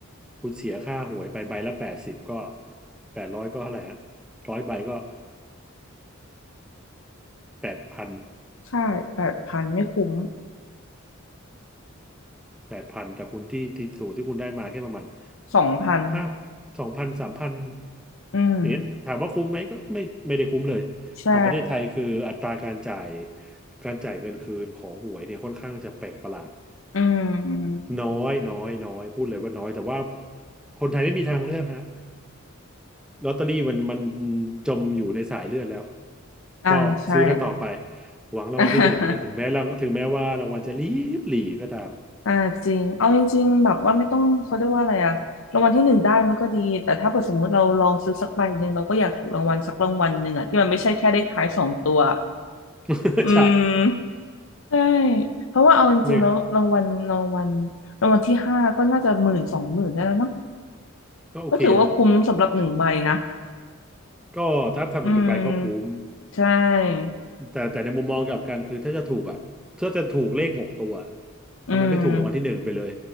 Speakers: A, in the centre; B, on the left.
A: คุณเสียค่าหวยไปใบละแปดสิบก็แปดร้อยก็เท่าไหร่ฮะร้อยใบก็แปดพัน
B: ค่าแปดพันไม่คุ้ม
A: แปดพันแต่คุณที่ที่สูตรที่คุณได้มาแค่ประมาณ
B: สองพัน
A: ห้าสองพันสามพัน
B: อืม
A: อย่างเงี้ยถามว่าคุ้มไหมก็ไม่ไม่ได้คุ้มเลยของประเทศไทยคืออัตราการจ่าย
B: ใช่
A: การจ่ายเงินคืนของหวยเนี่ยค่อนข้างจะแปลกประหลาด
B: อืม
A: น้อยน้อยน้อยพูดเลยว่าน้อยแต่ว่าคนไทยไม่มีทางเลือกฮะลอตเตอรี่มันมันจมอยู่ในสายเลือดแล้ว
B: อ่าใช่
A: ก็ซื้อกันต่อไปหวังรางวัลที่หนึ่งเดียวถึงแม้เราถึงแม้ว่ารางวัลจะลีบหลีก็ตาม
B: <laughs> อ่าอ่าจริงเอาจริงๆแบบว่าไม่ต้องเขาเรียกว่าอะไรอะรางวัลที่หนึ่งได้มันก็ดี แต่ถ้าเกิดสมมุติเราลองซื้อสักใบหนึ่งเราก็อยากถูกรางวัลสักรางวัลหนึ่งอะที่มันไม่ใช่แค่เลขท้ายสองตัว
A: <laughs>
B: อื
A: ใช่
B: ม ใช่เพราะว่าเอาจริงๆแล้วรางวัลรางวัล
A: <laughs> ไม่
B: รางวัลที่ห้าก็น่าจะหมื่นสองหมื่นได้แล้วเนาะ
A: ก็โอเคแล้วฮะ
B: ก็ถือว่าคุ้มสำหรับหนึ่งใบนะ
A: ก็ถ้าทำแบบหนึ่งใบก็คุ้ม
B: อืม ใช่
A: แต่แต่ในมุมมองกลับกันคือถ้าจะถูกอ่ะถ้าจะถูกเลขหกตัว
B: อืม
A: ทำไมไม่ถูกรางวัลที่หนึ่งไปเลย